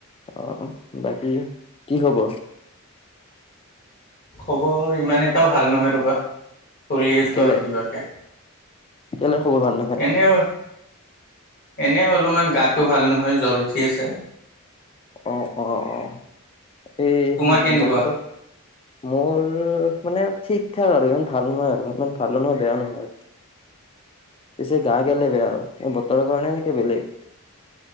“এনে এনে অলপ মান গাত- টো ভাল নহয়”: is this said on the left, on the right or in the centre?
Left